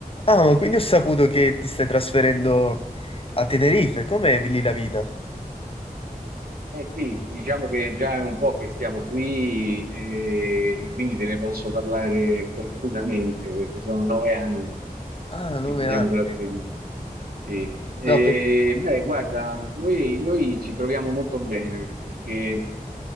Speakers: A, on the left; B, on the right.
A: Ah, ma quindi ho saputo che ti stai trasferendo a Tenerife. Com'è lì la vita?
B: Beh sì, diciamo che già è un po' che stiamo qui e, e quindi te ne posso parlare completamente perché sono nove anni
A: Ah, 9
B: che ci siamo
A: anni.
B: trattenuti. Sì. E,
A: No, per...
B: beh, guarda, noi, noi ci troviamo molto bene perché